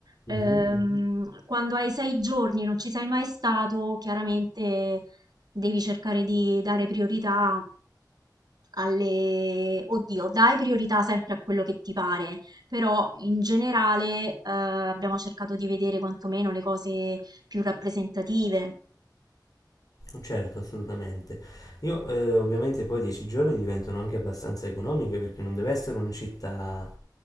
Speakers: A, on the right (about 60°); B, on the left (about 50°).
A: Ehm,
B: Mhm, mhm.
A: quando hai sei giorni e non ci sei mai stato, chiaramente devi cercare di dare priorità alle... Oddio, dai priorità sempre a quello che ti pare, però in generale eh, abbiamo cercato di vedere quantomeno le cose più rappresentative.
B: Certo, assolutamente. Io eh, ovviamente poi 10 giorni diventano anche abbastanza economiche perché non deve essere una città